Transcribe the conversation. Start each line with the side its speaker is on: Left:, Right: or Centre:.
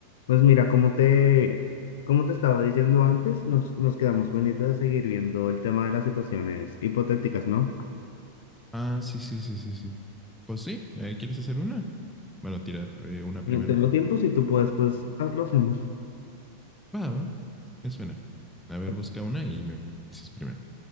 Left: Pues mira, como te, como te estaba diciendo antes, nos, nos quedamos pendientes de seguir viendo el tema de las situaciones hipotéticas, ¿no?
Centre: Ah, sí, sí, sí, sí, sí. Pues sí, eh, ¿quieres hacer una? Bueno, tirar eh, una
Left: Ten-
Centre: primero.
Left: Tengo tiempo, si tú puedes, pues haz- lo hacemos.
Centre: Va, va, me suena. A ver,
Left: O-
Centre: busca una y me dices primero,